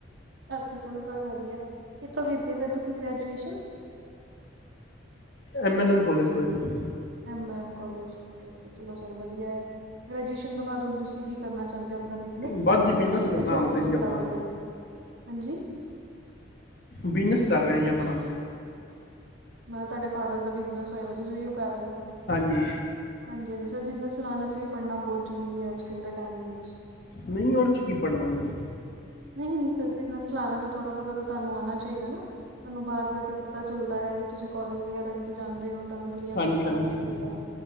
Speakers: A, on the right; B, on the left.
A: ਅੱਛਾ ਚਲੋ ਸਰ ਵਧੀਆ, ਕਿੱਥੋਂ ਕੀਤੀ ਹੈ ਸਰ ਤੁਸੀਂ graduation.
B: M L N college ਤੋਂ ਜੀ।
A: ਐਮ ਐਮ ਕਾਲਜ ਓਕੇ-ਓਕੇ, ਚਲੋ ਸਰ ਵਧੀਆ, ਗਰੈਜੂਏਸ਼ਨ ਤੋਂ ਬਾਅਦ ਹੁਣ ਤੁਸੀਂ ਕੀ ਕਰਨਾ ਚਾਂਹਦੇ ਹੋ। ਆਪਣਾ ਬਿਜਨਸ ਹੀ
B: ਬਸ
A: ਕਰਦੇ
B: ਜੀ
A: ਹੋ,
B: ਬਿਜ਼ਨਸ
A: ਜਾਂ ਕਿਧਰੇ
B: ਕਰਨਾ
A: ਜੋਬ
B: ਹੁਣ ਤੇ
A: ਜੂਬ
B: ਜੀ ਆਪਣਾ
A: ਲੱਭ ਰਹੇ ਹੋ, ਹਾਂਜੀ।
B: ਬਿਜਨਸ ਕਰ ਰਿਹਾ ਜੀ ਆਪਣਾ।
A: ਨਾਲ ਤੁਹਾਡੇ ਫਾਦਰ ਦਾ ਬਿਜਨਸ ਹੋਏਗਾ, ਤੁਸੀਂ ਉਹੀ ਕਰ ਰਹੇ ਹੋ।
B: ਹਾਂਜੀ,
A: ਹਾਂਜੀ-ਹਾਂਜੀ, ਸਰ ਬਿਸਮ ਸਲਾਮ ਅਸੀਂ ਵੀ ਪੜਨਾ ਬਹੁਤ ਜਰੂਰੀ ਐ, ਅੱਜ ਕੱਲ ਦੇ ਟਾਈਮ ਵਿੱਚ।
B: ਨਹੀਂ ਉਹ ਚ ਕੀ ਪੜ੍ਹਨਾ ਐ ਜੀ।
A: ਨਹੀਂ-ਨਹੀਂ, ਸਰ ਬਿਜਨਸ ਚਲਾਣਾ ਤੇ ਥੋੜਾ ਬਹੁਤਾ ਤੁਹਾਨੂੰ ਆਣਾ ਚਾਹੀਦਾ ਨਾ। ਤੁਹਾਨੂੰ ਬਾਹਰ ਜਾ ਕੇ ਪਤਾ ਚੱਲਦਾ ਐ, ਜੇ ਤੁਸੀਂ ਕੋਲਜ ਵਗੈਰਾ ਵਿੱਚ ਜਾਂਦੇ ਹੋ। ਤਾਂ ਦੁਨੀਆਂਦਾਰੀ
B: ਹਾਂਜੀ ਹਾਂਜੀ
A: ਦਾ ਪਤਾ ਚੱਲਦਾ ਐ,